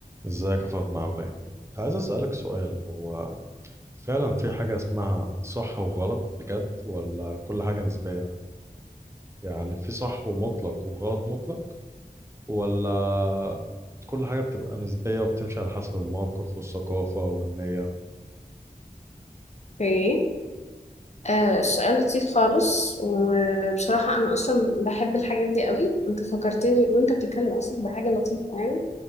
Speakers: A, on the right; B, on the left.
A: ازيك يا فاطمة عاملة ايه؟ كنت عايز اسألك سؤال هو فعلا في حاجة اسمها صح وغلط بجد ولا كل حاجة نسبية؟ يعني في صح ومطلق وغلط مطلق ولا كل حاجة بتبقى نسبية وبتمشي على حسب الموقف والثقافة والنية؟
B: اوكي آه السؤال لطيف خالص وبصراحة أنا أصلا بحب الحاجات دي قوي أنت فكرتني وأنت بتتكلم أصلا بحاجة لطيفة يعني